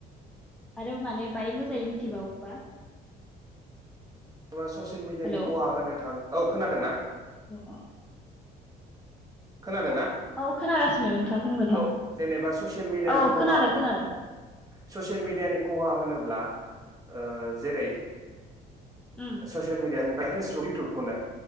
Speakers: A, in the centre; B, on the right.
A: आरो माने बाय मोजाङै मिथिबावोबा?
B: <unintelligible> ससियेल मिडियानि
A: हेल' औ
B: खहा होनो थां। औ खोनादों ना?
A: <unintelligible>
B: खोनादोंना?
A: औ खोनागासिनो नोंथाङा बुंबाय
B: औ
A: था
B: जेनेबा ससियेल मिडियानि
A: औ
B: खहा
A: खोनादों खोनादों
B: ससियेल मिडियानि खहा होनोब्ला। ओ जेरै-
A: औ
B: ससियेल मिडियानि। <unintelligible> इउथुबखौनो